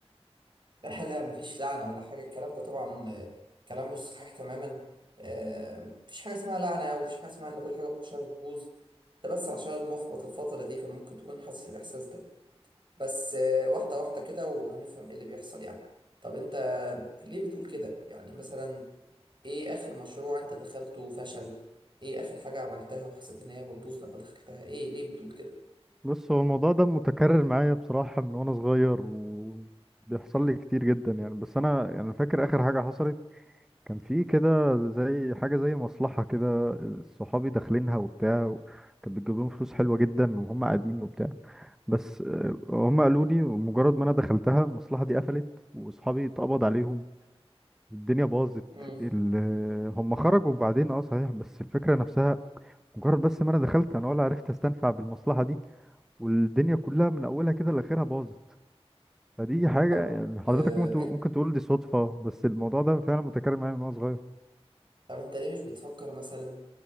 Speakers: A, on the right; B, in the centre.
A: <laughs> لا لا مفيش لعنة ولا حاجة الكلام ده طبعا آه، كلام مش صحيح تماما آه، مفيش حاجة اسمها لعنة ومفيش حاجة اسمها ان كل حاجة بتخشها بتبوظ ده بس عشان محبط الفترة دي فممكن تكون حاسس الإحساس ده بس آه، واحدة واحدة كده وهنفهم ايه اللي بيحصل يعني طب انت ليه بتقول كده يعني مثلا ايه اخر مشروع انت دخلته وفشل ايه اخر حاجة عملتها وحسيت ان هي بتبوظ لما دخلتها ايه ليه بتقول كده
B: بص هو الموضوع ده متكرر معايا بصراحه من وانا صغير وبيحصل لي كتير جدا يعني بس انا يعني فاكر اخر حاجه حصلت كان في كده زي حاجه زي مصلحه كده صحابي داخلينها وبتاع كان بتجيب لهم فلوس حلوه جدا وهم قاعدين وبتاع بس آه، هم قالوا لي مجرد ما انا دخلتها المصلحه دي قفلت واصحابي اتقبض عليهم الدنيا باظت
A: مم.
B: ال... هم خرجوا بعدين اه صحيح بس الفكرة نفسها مجرد بس ما انا دخلت انا ولا عرفت استنفع بالمصلحة دي والدنيا كلها من اولها كده لاخرها باظت فدي حاجة
A: طب
B: يعني حضرتك
A: آه،
B: ممكن تقول-
A: انت
B: ممكن تقول دي صدفة بس الموضوع ده فعلا متكرر معايا من وانا صغير
A: طب انت ليه مش بتفكر مثلا